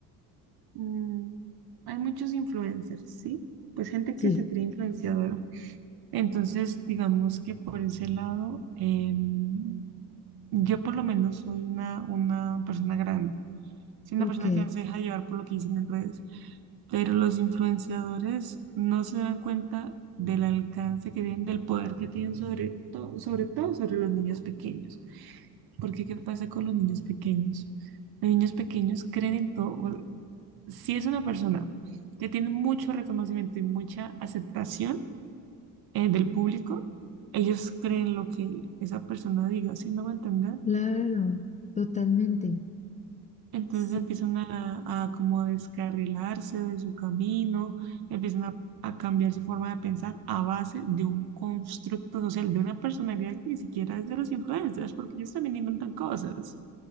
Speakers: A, on the right; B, on the left.
A: mm, hay muchos influencers, ¿sí? Pues gente
B: Sí,
A: que se cree influenciadora. Entonces, digamos que por ese lado, em, yo por lo menos soy una, una persona grande. Soy
B: ok,
A: una persona que no se deja llevar por lo que dicen en redes. pero los influenciadores no se dan cuenta del alcance que tienen, del poder que tienen sobre todo, sobre todo sobre los niños pequeños. Porque ¿qué pasa con los niños pequeños? Los niños pequeños creen en todo. o- Si es una persona que tiene mucho reconocimiento y mucha aceptación eh, del público, ellos creen lo que esa persona diga, si no me voy a entender?
B: claro, totalmente.
A: Entonces
B: Sí.
A: empiezan a, a como a descarrilarse de su camino, empiezan a, a cambiar su forma de pensar a base de un constructo social, de una personalidad que ni siquiera es de los influencers, porque ellos también inventan cosas.